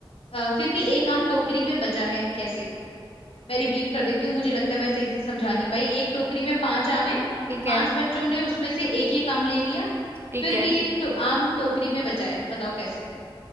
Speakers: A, on the left; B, on the right.
A: अ, फिर भी एक आम टोकरी में बचा है कैसे मैं रिपीट कर देती हूँ मुझे लगता है मैं सही से समझा नहीं पाई एक टोकरी में पांच आम है
B: ठीक
A: पांच
B: है
A: बच्चों ने उसमें से एक एक आम ले लिया
B: ठीक
A: फिर
B: है
A: भी एक टो, आम टोकरी में बचा है बताओ कैसे